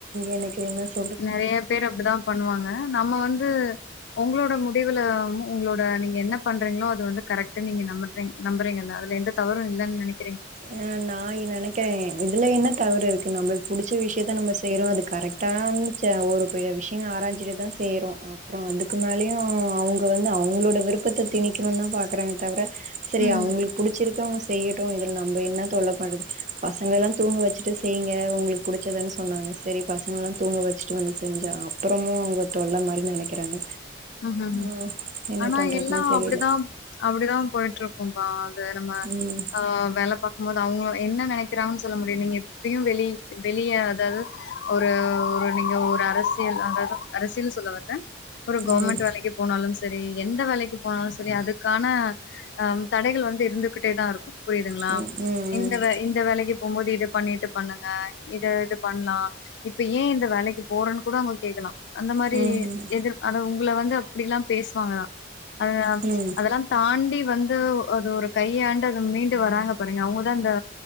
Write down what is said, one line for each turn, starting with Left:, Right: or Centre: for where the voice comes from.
Right: எனக்கு என்ன சொ
Left: நெறைய பேர் அப்டிதா பண்ணுவாங்க நம்ம வந்து உங்கோளோட முடிவுல உங்களோட நீங்க என்ன பண்றீங்களோ அது வந்து கரெக்ட்டு நீங்க நம்பு ங்க நம்புறிங்கல்ல அதுல எந்த தவறுன் இல்லன்னு நெனைக்
Right: ஆ நா நெனைக் றேன் இதுல என்ன தவறுருக்கு நம்ம புடிச்ச விஷயத்தா நம்ம செய்யறோ அது கரெக்டான் ச ஒரு பெ விஷயோ ஆராஞ்சிட்டு தா செய்றோ அப்புறோ அதுக்கு மேலயு அவ்ங்க வந்து அவ்ங்களோட விருப்பத்த திணிக்கணும்னு தா பாக்குறாங்க தவிர செரி
Left: ம்
Right: அவுங்களுக்கு புடிச்சிருக்க அவங்க செய்யுட்டு நம்ப என்ன தோழா பண்றது பசங்களெல்லா தூங்க வச்சுட்டு செய்ங்க உங்குளுக்கு புடிச்சதனு சொன்னாங்க சரி பசங்கல்லா தூங்க வச்சுட்டு வந்து செஞ்ச அப்புறமு அவங்க தொல்ல மாரி நெனைக்கிறாங்க
Left: ம்
Right: ஆன் என்ன
Left: ஆனா
Right: பண்றதுன்னு
Left: எல்லா
Right: தெரியில
Left: அப்டிதா அப்டிதா போயிட்டுருக்கும்பா அது நம்ம
Right: ம்
Left: அ வேல பாக் போதோ அவங்களு என்ன நெனைக்கிறாங்கன்னு சொல்ல முடியு நீங்க எப்டியு வெளி வெளிய அதாவது ஒரு ஒரு நீங்க ஒரு அரசியல் அதாது அரசியல் சொல்ல வர்ல கவர்மெண்ட்
Right: ம்
Left: வேலைக்கு போனாலும் செரி எந்த வேலைக்கு போனாலு செரி அதுக்கான அம் தடைகள் வந்து இருந்துகிட்டேதா இருக்கு புரியுதுங்களா
Right: ம் ம்
Left: இந்த வேல இந்த வேலைக்கு போம்போது இது பண்ணிட்டு பண்ணுங்க இத இது பண்ணலா இப்ப ஏ இந்த வேலைக்கு போறேன்னு கூட அவங்க கேக்கலா அந்த மாரி
Right: ம்
Left: எதிர் அத உங்கள வந்து அப்டிலா பேசுவாங்கதா அத
Right: ம் ம்
Left: அதெல்லா தாண்டி வந்து அது ஒரு கையாண்டு அது மீண்டு வராங்க பாருங்க அவங்கதா அந்த